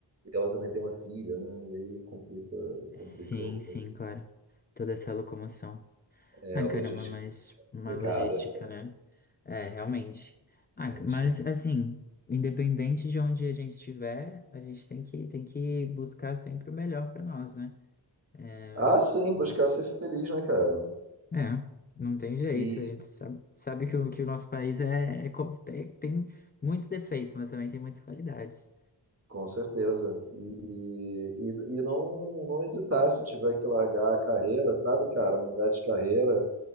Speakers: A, on the right; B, on the left.
A: e ela também tem uma filha, né? E aí complica, complica
B: Sim,
A: o-
B: sim, claro. Toda essa locomoção.
A: é,
B: Ah,
A: a
B: caramba,
A: logística
B: mas
A: é
B: uma
A: complicada.
B: logística, né? É, realmente. Ah, c- mas
A: gente.
B: assim, independente de onde a gente estiver, a gente tem que, tem que buscar sempre o melhor para nós, né? É,
A: Ah, sim, buscar ser feliz, né, cara?
B: é, não tem jeito.
A: E
B: A gente sabe, sabe que, o, que o nosso país é, é co- tem tem muitos defeitos, mas também tem muitas qualidades.
A: com certeza. E, e, e não, não hesitar se tiver que largar a carreira, sabe, cara? Mudar de carreira,